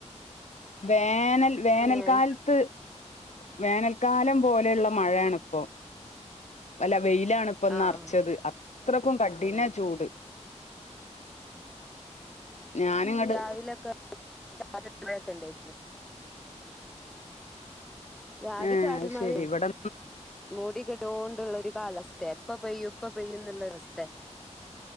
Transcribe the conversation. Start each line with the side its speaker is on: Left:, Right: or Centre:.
Left: വേനൽ വേനൽക്കാലത്ത്
Centre: ഏഹ്
Left: വേനൽക്കാലം പോലെയുള്ള മഴയാണ് ഇപ്പൊ വല്ല വെയിലാണ് ഇപ്പൊന്നറച്ചത്
Centre: ആഹ്
Left: അത്രക്കും കഠിന ചൂട് ഞാനിങ്ങട്
Centre: രാവിലൊക്കെക്കണ്ട രവി
Left: ഏ
Centre: ചാരുൽമാരും
Left: അത് ശെരി ഇവിടെ
Centre: മൂടിികെടോണ്ടുള്ള ഒരു ാലസ്ഥ എപ്പ പെയ്യ ഇപ്പ പെയ്യ എന്നുള്ള അവസ്ഥ